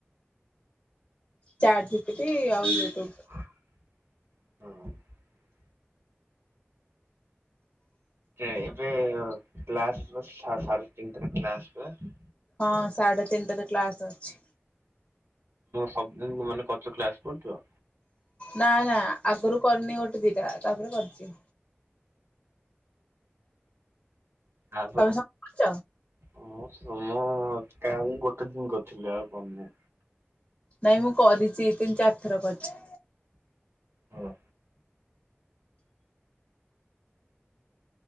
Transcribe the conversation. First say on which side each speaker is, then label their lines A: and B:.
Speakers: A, on the left; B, on the right.
A: ଚାଟ୍ ଜିପିଟି ଆଉ ୟୁଟ୍ୟୁବ।
B: ହୁଁ। ଏବେ କ୍ଲାସ ସାଢେ଼ ତିନିଟାରେ କ୍ଲାସ ହୁଏ।
A: ହଁ ସାଢେ଼ ତିନିଟାରେ କ୍ଲାସ ଅଛି।
B: ସବୁଦିନ ମାନେ କରୁଚ କ୍ଲାସ କରୁଛ?
A: ନା ନା, ଆଗରୁ କରିନି ଗୋଟେ ଦିଟା ତାପରେ କରିଛି।
B: ଆ
A: ତମେ ସବୁ କରିଛ?
B: ହଁମ ସୋମ କାକୁ ଗୋଟେ ଦିନ କରିଥିଲି ଆଉ କରିନି।
A: ନାଇଁ ମୁଁ କରିଚି, ତିନି ଚାରି ଥର କରିଚି।
B: ହଁ